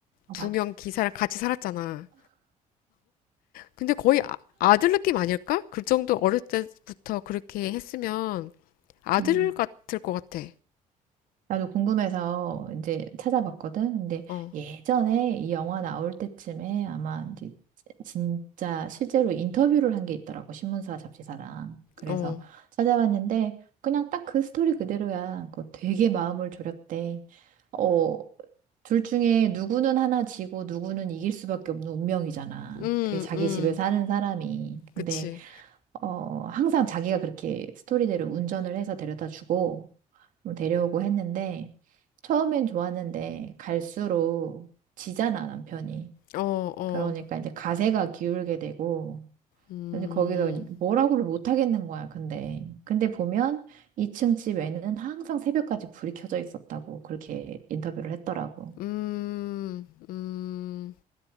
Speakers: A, on the right; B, on the left.
A: 어,
B: 두
A: 맞아.
B: 명 기사랑 같이 살았잖아. 근데 거의 아, 아들 느낌 아닐까? 그 정도 어릴 때부터 그렇게 했으면 아들
A: 음.
B: 같을 것 같아.
A: 나도 궁금해서 이제 찾아봤거든. 근데
B: 어,
A: 예전에 이 영화 나올 때쯤에 아마 이제 진짜 실제로 인터뷰를 한 게 있더라고. 신문사 잡지사랑. 그래서
B: 어,
A: 찾아봤는데 그냥 딱 그 스토리 그대로야. 그거 되게 마음을 졸였대. 어, 둘 중에 누구는 하나 지고 누구는 이길 수밖에 없는 운명이잖아.
B: 음,
A: 그게 자기
B: 음,
A: 집에 사는 사람이.
B: 그치.
A: 근데 어, 항상 자기가 그렇게 스토리대로 운전을 해서 데려다 주고, 뭐 데려오고 했는데 처음엔 좋았는데 갈수록 지잖아 남편이.
B: 어, 어,
A: 그러니까 이제 가세가 기울게 되고
B: 음,
A: 이제 거기서 뭐라고를 못 하겠는 거야. 근데 근데 보면 2층 집에는 항상 새벽까지 불이 켜져 있었다고 그렇게 인터뷰를 했더라고.
B: 음, 음,